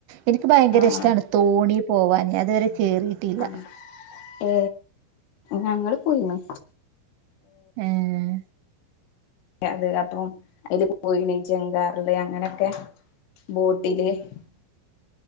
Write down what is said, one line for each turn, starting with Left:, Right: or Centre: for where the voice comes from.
Right: എനിക്ക് ഭയങ്കര
Left: ആഹ്
Right: ഇഷ്ടണ് തോണി പോവാൻ അതുവരെ കേറിയിട്ടില്ല
Left: ആ ഏ ഞങ്ങള് പോയിന്ന്
Right: ഉം
Left: അത് അപ്പം അതില് പോയിണ ചെങ്കാറല് അങ്ങനെയൊക്കെ <unintelligible>